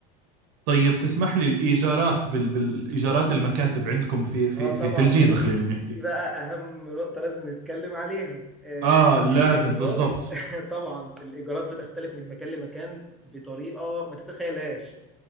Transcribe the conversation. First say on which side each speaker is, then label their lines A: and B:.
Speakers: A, on the right; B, in the centre.
A: طيب تسمح لي الايجارات بال... بالايجارات المكاتب عندكم في في
B: اه طبعا
A: في, في الجيزه
B: ده دي
A: خلينا نحكي
B: دي بقى اهم نقطه لازم نتكلم عليها آه
A: اه
B: لان
A: لازم
B: الايجارات
A: بالضبط
B: <laughs> طبعا الايجارات بتختلف من مكان لمكان بطريقه ما تتخيلهاش